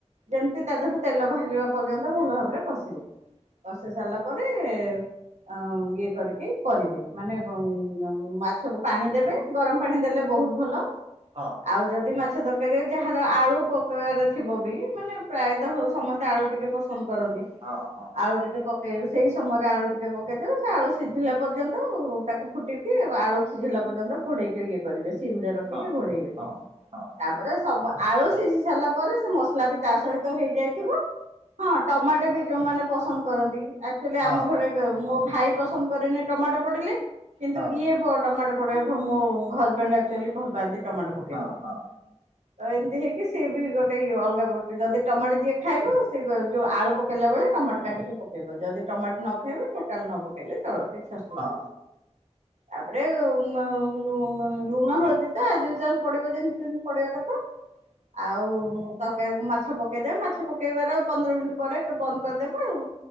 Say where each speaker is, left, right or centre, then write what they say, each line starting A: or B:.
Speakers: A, on the right; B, on the right.
A: ଯେମିତି ତା ଦେହରେ ତେଲ ବାହାରିବା ପର୍ଯ୍ୟନ୍ତ ଭଲ ଭାବରେ କଷିବେ, କଷି ସାରିଲା ପରେ ଅ ଇଏ କରିକି କରିବେ, ମାନେ ମ - ମ - ମ ମାଛକୁ ପାଣି ଦେବେ ଗରମ ପାଣି ଦେଲେ ବହୁତ ଭଲ।
B: ହଁ।
A: ଆଉ ଯଦି ମାଛ ତରକାରୀ ଯାହାର ଆଳୁ ପକେଆର ଥିବ ବି, ମାନେ ପ୍ରାୟତଃ ସମସ୍ତେ ସେ ଆଳୁ ଟିକେ ପସନ୍ଦ କରନ୍ତି।
B: ହଁ ହଁ
A: ଆଳୁ ଟିକେ ପକେଇବେ, ସେଇ ସମୟରେ ଆଳୁ ଟିକେ ପକେଇଦେବେ। ସେ ଆଳୁ ସିଝିଲା ପର୍ଯ୍ୟନ୍ତ, ତାକୁ ଫୁଟିକି ଆଳୁ ସିଝିଲା ପର୍ଯ୍ୟନ୍ତ ଘୋଡ଼େଇକି ଇଏ କରିବେ, ସିମରେ ରଖିକି
B: ହଁ
A: ଘୋଡ଼େଇବେ।
B: ହଁ ହଁ।
A: ତାପରେ ସବୁ ଆଳୁ
B: ହଁ
A: ସିଝି ସାରିଲା ପରେ, ସେ ମସଲା ବି ତା ସହିତ ହେଇଯାଇଥିବ। ହଁ ଟମାଟ ବି ଯୋଉମାନେ ପସନ୍ଦ କରନ୍ତି। ଆକ୍ଚୁଆଲି ଆମ
B: ହଁ
A: ଘରେ ମୋ ଭାଇ ପସନ୍ଦ କରେନି ଟମାଟ ପଡିଲେ, କିନ୍ତୁ
B: ହଁ ହଁ।
A: ଇଏ ଟମାଟ ମୋ ହଜବେଣ୍ଡ ଆକ୍ଚୁ ଲି ଭଲ ପାଆନ୍ତି ଟମାଟୋ ପକେଇଲେ।
B: ହଁ ହଁ ହଁ
A: ତ ଏମିତି ହେଇକି ସିଏ ବି ଗୋଟେ ଅଲଗା ବଟା, ଯଦି ଟମାଟୋ ଯିଏ ଖାଇବ ସେ ଯୋଉ ଆଳୁ ପ ପକେଇଲା ବବେଳେ ଟମାଟ କାଟିକି ପକେଇବ, ଯଦି ଟମାଟ ନ ଖାଇବେ ଟୋଟାଲ ନ ପକେଇଲେ ଚଳିବ କିଛି ଅସୁ
B: ହଁ।
A: ତାପରେ ଲୁଣ ହଳଦୀ ତ ଆଜ ୟୁଜାଲ ପଡିବ ଯେମ ମିତି ପଡିଆ କଥା, ଆଉ ତ <unintelligible> ମାଛ ପକେଇଦେବେ, ମାଛ ପକେଇବାର ପନ୍ଦର ମିନିଟ୍ ପରେ ବନ୍ଦ କରିଦେବେ ଆଉ।